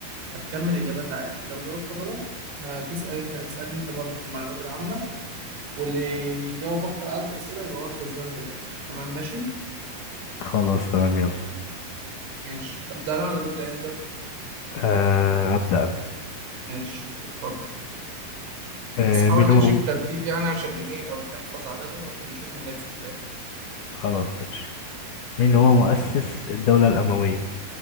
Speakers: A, on the right (about 80°); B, on the left (about 65°).
A: هتكمل إجابات عادي لو جاوبت غلط هتسأل انت هتسألني انت برضه في المعلومات العامة واللي يجاوب أكتر عدد أسئلة يبقى هو الكسبان في الآخر تمام ماشي
B: خلاص تمام يلا
A: ماشي أبدأ أنا ولا تبدأ انت؟
B: آه هبدأ انا
A: ماشي اتفضل
B: آه
A: بس حاول
B: مين
A: تمشي
B: هو م...
A: بترتيب يعني عشان ايه او تحفظ عددهم عشان نشوف مين اللي هيكسب في الآخر
B: خلاص ماشي مين هو مؤسس الدولة الأموية